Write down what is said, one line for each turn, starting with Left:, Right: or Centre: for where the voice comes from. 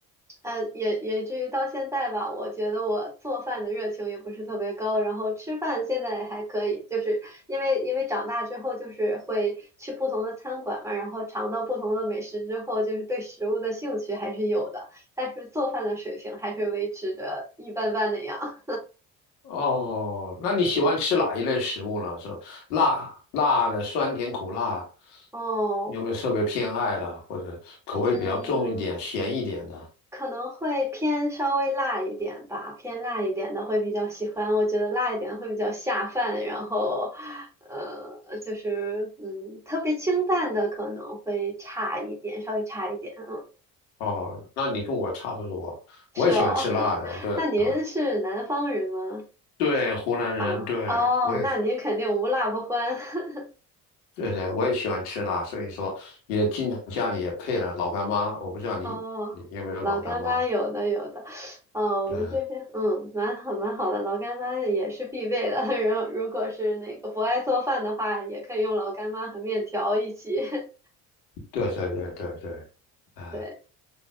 Centre: 呃，也也至于到现在吧，我觉得我做饭的热情也不是特别高，然后吃饭现在还可以，就是因为因为长大之后就是会去不同的餐馆嘛，然后尝到不同的美食之后，就是对食物的兴趣还是有的，但是做饭的水平还是维持着一般般那样。
Left: 哦，那你喜欢吃哪一类食物呢？
Centre: <laughs> 嗯，
Left: 是吧辣辣的、酸甜苦辣，
Centre: 哦，
Left: 有没有特别偏爱了，或者口味比较重一点、
Centre: 嗯。
Left: 咸一点的？
Centre: 可能会偏稍微辣一点吧，偏辣一点的会比较喜欢。我觉得辣一点会比较下饭，然后，呃，就是嗯，特别清淡的可能会差一点，稍微差一点。嗯，
Left: 哦，那你跟我差不多，
Centre: 是哦。
Left: 我也喜欢吃辣的。
Centre: <laughs>
Left: 对，
Centre: 那您是南方人吗？
Left: 我对，湖南人，
Centre: 啊，
Left: 对，
Centre: 哦，
Left: 我也，
Centre: 那您肯定无辣不欢。<laughs>
Left: 对对，我也喜欢吃辣，所以说也经常家里也配了老干妈。我不知道你你有没有老干妈？
Centre: 哦，老干妈有的有的，哦，我们这边嗯蛮好蛮好的，
Left: 对，
Centre: 老干妈也是必备的。<laughs> 然后如果是那个不爱做饭的话，也可以用老干妈和面条一起。<laughs>
Left: 对对对对对，啊，
Centre: 对，